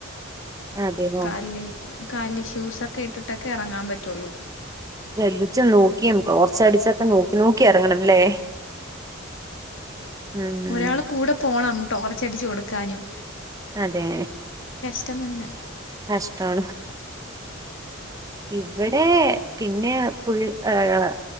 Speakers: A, on the right; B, on the left.
A: അതെയോ
B: കാല്ല് കാല്ല് ഷൂസൊക്കെ ഇട്ടിട്ടൊക്കെ എറങ്ങാൻ പറ്റൊള്ളൂ
A: ശ്രദ്ധിച്ച് നോക്കിയും ടോർച്ചടിച്ചക്ക നോക്കി നോക്കി എറങ്ങണംല്ലേ ഉം
B: ഒരാള് കൂടെ പോണം ടോർച്ചടിച്ച് കൊടുക്കാനും
A: അതേ
B: റ്റമന്ന
A: കഷ്ടാണ് ഇവിടേ പിന്നേ ഫുൾ ആഹ്